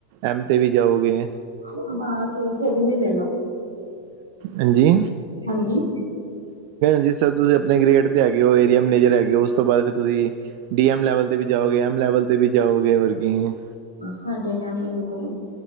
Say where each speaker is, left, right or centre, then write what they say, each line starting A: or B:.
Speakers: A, on the right (about 45°); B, on the right (about 80°).
A: ਐਮ ਤੇ ਵੀ ਜਾਓਗੇ।
B: <unintelligible>
A: ਹਾਂਜੀ
B: ਹਾਂਜੀ
A: ਜਿਸ ਤਰਾਂ ਤੁਸੀ ਅਪਨੇ ਗ੍ਰੇਡ ਤੇ ਹੈਗੇ ਓ ਏਰੀਆ ਮਨੇਜਰ ਹੈਗੇ ਓ ਉਸ ਤੋ ਬਾਦ ਤੇ ਤੁਸੀ ਡੀ ਐਮ ਲੈਵਲ ਤੇ ਵੀ ਜਾਓਗੇ ਐਮ ਲੈਵਲ ਵੀ ਜਾਓਗੇ ਹੋਰ ਕੀ ਹੂੰ।
B: ਸਾਡੇ ਲੈਵਲ ਲੂਵਲ